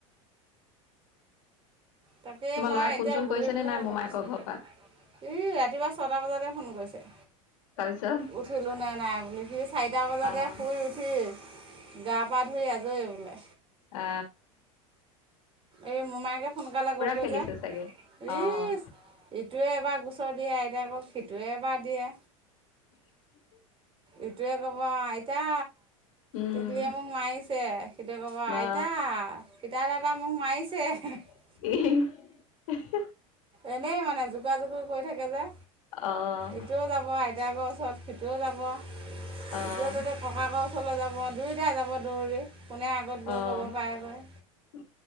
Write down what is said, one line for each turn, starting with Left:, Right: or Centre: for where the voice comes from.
Right: তাকেইমই
Left: তোমাৰ ল'ৰাই ফোন
Right: এতিয়া
Left: চোন
Right: বহি
Left: কৰিছেনে
Right: পেলাইহে
Left: নাই মোমায়েকৰ
Right: ভাবিছো। ই
Left: ঘৰৰ পৰা?
Right: ৰাতিপুৱা ছটা বজাতে ফোন কৰিছে।
Left: তাৰপিছত।
Right: উঠিলো নে নাই বুলি সি। চাৰিটা বজাতে
Left: অ',
Right: শুই উঠি গা পা ধুই আজৰি বোলে।
Left: আ।
Right: এই মোমায়েকে সোনকালে গ'লগৈ
Left: খেলিছে
Right: যে ইছ।
Left: চাগে? অ',
Right: ইটোৱে এবাৰ গোচৰ দিয়ে আইতাইক সিটোৱে এবাৰ দিয়ে। ইটোৱে ক'ব আইতা।
Left: উম,
Right: টিকলীয়ে মোক মাৰিছে সিটোৱে ক'ব আইতা।
Left: বা
Right: পিতা দাদা মোক মাৰিছে। <inaudible>
Left: ইহ <unintelligible>
Right: এনেই মানে যোগাৱা যোগোই কৰি থাকে যে
Left: অ',
Right: ইটোয়েও যাব আইতাকৰ ওচৰত সি তু যাব। এতিয়া
Left: অ',
Right: যতে ককাকৰ ওচৰলৈ যাব, দুয়োটাই যাব দৌৰি কোনে আগত
Left: অ',
Right: গৈ ক'ব পাৰেগৈ।
Left: <inaudible>